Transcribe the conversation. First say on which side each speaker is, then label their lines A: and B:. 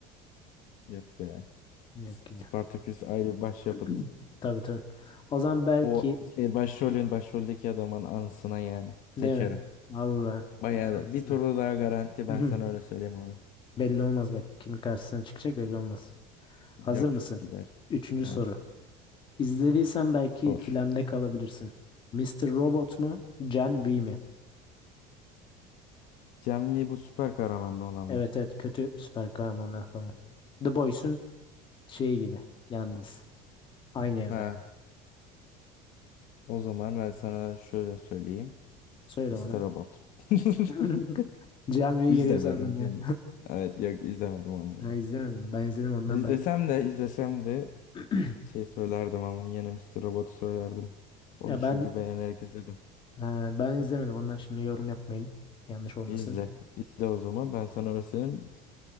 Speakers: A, on the left; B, on the left.
A: Yok be.
B: Yok yine.
A: Spartaküs ayrı başyapıt.
B: <clears throat> Tabii tabii. O zaman belki
A: O şey başrolün başroldeki adamın anısına yani. Seçerim.
B: Değil mi? Valla.
A: Bayağı
B: Helal
A: da
B: olsun.
A: bir turu
B: <laughs>
A: daha garanti ben
B: Hı hı.
A: sana öyle söyleyeyim abi.
B: Belli olmaz bak. Kimin karşısına çıkacak belli olmaz. Hazır
A: Yok
B: mısın?
A: gider.
B: Üçüncü
A: Heh,
B: soru. İzlediysen belki
A: sor.
B: ikilemde kalabilirsin. Mr. Robot mu? Gen V mi?
A: Cem Lee bu süper kahramanlı olan
B: Evet
A: mı?
B: evet kötü süper kahramanlar falan. The Boys'un şeyi gibi. Yalnız. Aynı evre.
A: Ha, o zaman ben sana şöyle söyleyeyim.
B: Söyle
A: Mister
B: bana.
A: Robot. <laughs>
B: <laughs> Gen V
A: İzlemedim
B: geliyor sandım
A: çünkü.
B: ya.
A: Evet yok izlemedim onu
B: Ben
A: ya.
B: izlemedim. Ben izledim ondan
A: İzlesem
B: belki.
A: de izlesem de
B: <clears throat>
A: şey söylerdim ama yine Mister Robot'u söylerdim. Onu
B: Ya
A: çünkü
B: ben
A: beğenerek izledim.
B: e, ben izlemedim. Ondan şimdi yorum yapmayayım. Yanlış olmasın.
A: İzle. İzle o zaman. Ben sana öyle söyleyeyim.